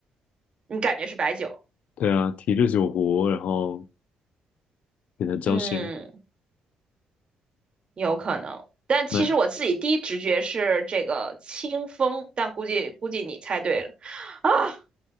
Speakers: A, on the right; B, on the left.
A: 你感觉是白酒？
B: 对啊，提着酒壶，然后给它浇醒，
A: 嗯，有可能。但其实我自己第一直觉是这个清风，
B: 那
A: 但估计估计你猜对了。啊